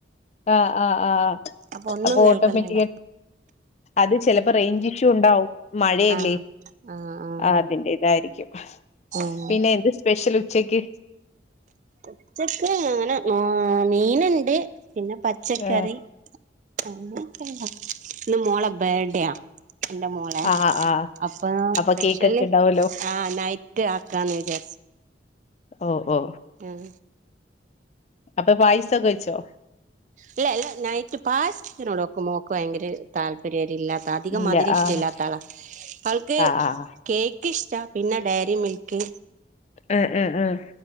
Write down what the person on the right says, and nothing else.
അപ്പൊ ഒന്നും കേൾക്കുന്നില്ല
ആഹ് ആഹ് ആഹ്
ആഹ്
ഉച്ചക്ക് അങ്ങനെ മീനുണ്ട് പിന്നെ പച്ചക്കറി
ഇന്ന് മോളെ ബേർഡേയാ ഇന്റെ മോനെ
അപ്പൊ സ്പെഷ്യല്
ആ നൈറ്റ് ആക്കാന്ന് വിചാരിച്ച്.
ഉം
ഇല്ല അല്ല നൈറ്റ് പായ്സ് നോട്ക്കും മോക്ക് ഭയങ്കര താല്പര്യം ഇല്ലാത്ത- ആ അധികം
മതിരം ഇഷ്ട്ട
ഇല്ലാത്ത ആളാ അവൾക്ക്
കേക്ക് ഇഷ്ട്ട പിന്നെ ഡയരി മിൽക്ക്